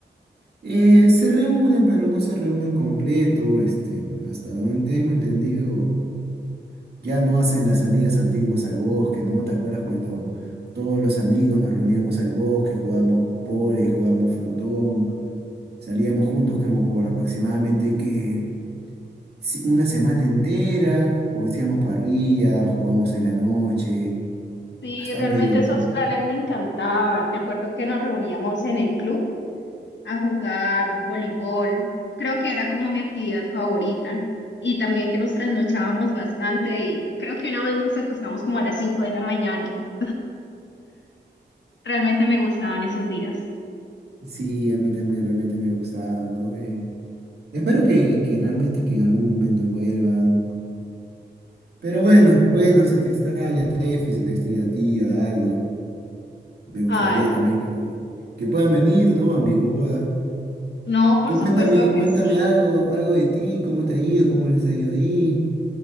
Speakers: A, on the right; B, on the left.
A: Eh, se reúnen, pero no se reúnen completo, este, hasta donde tengo entendido, ya no hacen las salidas antiguas al bosque, ¿no? ¿Te acuerdas cuando todos los amigos nos reuníamos al bosque, jugábamos pole, jugábamos frontón? Salíamos juntos como por aproximadamente que si- una semana entera, ju- hacíamos parrilla, jugábamos en la noche,
B: Sí,
A: bastante
B: realmente
A: divertido.
B: esos planes me encantaban. Me acuerdo que nos reuníamos en el club a jugar voleibol. Creo que era como mi actividad favorita. Y también que nos trasnochábamos bastante y creo que una vez nos acostamos como a las 5 de la mañana. Realmente me gustaban esos días.
A: Sí, a mí también realmente me gustaba, ¿no? Eh, espero que, que realmente que en algún momento vuelvan. Pero bueno, bueno, se te extraña, Tefi, se te extraña a ti, a Aldo. Me gustaría
B: Ah,
A: también que, que puedan venir, ¿no? A mi boda.
B: no, por
A: Tú
B: supuesto
A: cuéntame,
B: que
A: cuéntame
B: sí.
A: algo, algo de ti, cómo te ha ido, cómo les ha ido ahí.